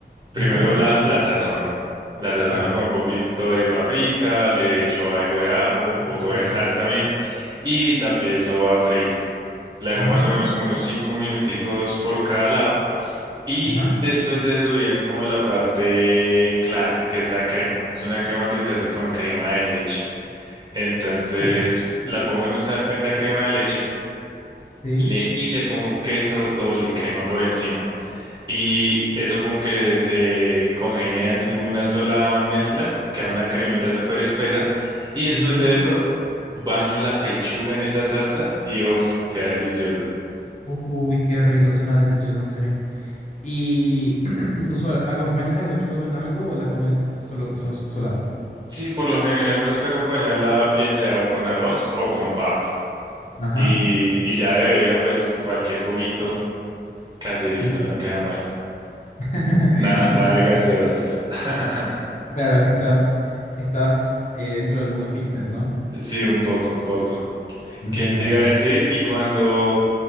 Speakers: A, on the right (about 25°); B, on the left (about 40°).
A: Primero
B: Ajá,
A: la, la sazono. La sazono
B: claro.
A: con un poquito de paprika, le echo algo de ajo, un poco
B: Sí, qué Rico.
A: de sal también y la empiezo a freír. La dejo
B: Ujú,
A: más o menos como unos cinco minuticos por cada lado. Y
B: Ajá.
A: después de eso viene como la parte clave, que es la crema. Es una crema que se hace con crema de leche. Entonces
B: Uh,
A: la pongo en un sartén la crema de leche
B: Sí,
A: le, y le pongo queso doble crema por encima. Y eso como que se congenia en, en una sola mezcla, queda una cremita súper espesa. Y después
B: sí, sí.
A: de
B: sí.
A: eso baño la pechuga en esa salsa y uff, queda delicioso.
B: Uy, qué rico, suena delicioso, en serio. Y <clears throat> usual, ¿acompañas la pechuga con algo o la comes solo, solo, sola?
A: Sí, por lo general me gusta acompañarla bien sea o con arroz o con papa.
B: Ajá.
A: y, y ya de bebida, pues cualquier juguito caserito
B: Sí.
A: no queda mal.
B: <laughs>
A: Nada,
B: Sí,
A: nada
B: sí,
A: de gaseosas.
B: sí.
A: <laughs>
B: Claro, es que estás, estás eh, dentro del mundo fitness, ¿no?
A: Sí, un poco, un poco.
B: Entiendo,
A: ¿Qué te
B: entiendo.
A: iba a decir? Y cuando